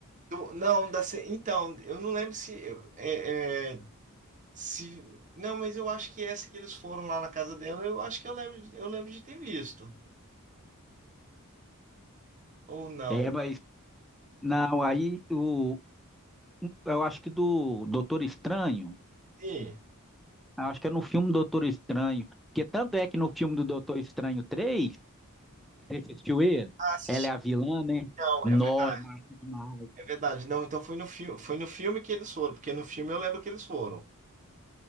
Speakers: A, on the right; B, in the centre.
A: Do- não, da, ce- então, eu não lembro se, é, é, se. Não, mas eu acho que essa que eles foram lá na casa dela, eu acho que eu lembro, eu lembro de ter visto. Ou não.
B: É, mas. Não, aí o, eu acho que do Doutor Estranho.
A: Sim.
B: Eu acho que é no filme Doutor Estranho. Porque tanto é que no filme do Doutor Estranho 3 você assistiu ele?
A: Ah, assisti.
B: Ela é a vilã, né?
A: Não,
B: Nó,
A: é verdade.
B: é massa demais.
A: É verdade. Não, então foi no filme, foi no filme que eles foram, porque no filme eu lembro que eles foram.